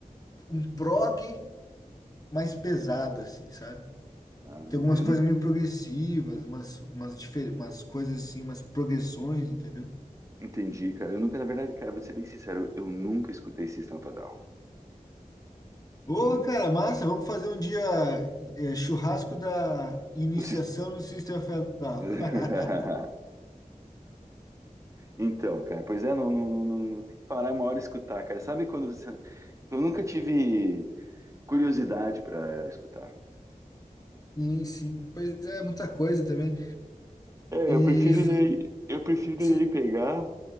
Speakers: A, on the left (about 25°); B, on the right (about 20°).
A: Um prog mais pesado, assim, sabe?
B: Ah,
A: Tem algumas
B: eu
A: coisas
B: nu-
A: meio progressivas, umas, umas, difer- umas coisas assim, umas progressões, entendeu?
B: entendi, cara. Eu nunca, na verdade, cara, vou ser bem sincero, eu nunca escutei System of a Down.
A: Ô,
B: Nun-
A: cara, massa, vamos fazer um dia é, churrasco da iniciação
B: Do Sys-
A: no System of a Down.
B: <laughs>
A: <laughs>
B: Então, cara, pois é, não, não, não, não, não- tem que parar uma hora e escutar, cara. Sabe quando você. Eu nunca tive curiosidade para escutar.
A: Sim, sim, pois é, muita coisa também.
B: É,
A: E
B: eu prefiro
A: f-
B: daí, eu prefiro
A: se-
B: daí pegar